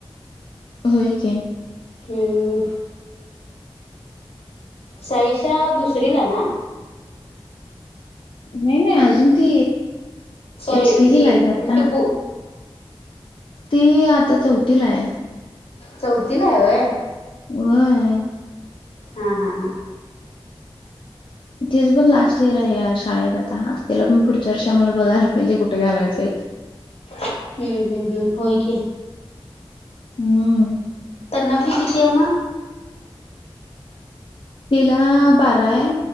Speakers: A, on the left; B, on the left.
A: होय कि.
B: हम्म साईशा दुसरीला ना?
A: नाही नाही अजून ती
B: सॉरी
A: एच केजी
B: ही
A: ला आहे ग आता.
B: टुबू
A: ती आता चौथीला आहे.
B: चौथीला आहे होय
A: होय.
B: हा हा हा
A: तिच पण लास्ट इयर आहे या शाळेत आता आता तिला पण पुढच्या वर्ष आम्हाला बघायला पाहिजे कुठे घालायचंय.
B: हम्म हम्म हम्म होय कि
A: हम्म
B: त्यांनाफी किती आहे मग?
A: तिला बारा आहे.